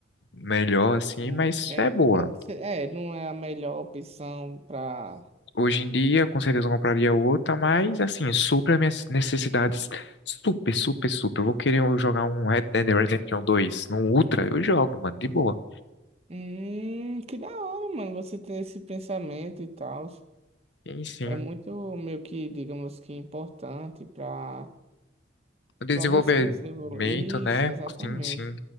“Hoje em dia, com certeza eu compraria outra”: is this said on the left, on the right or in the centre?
Left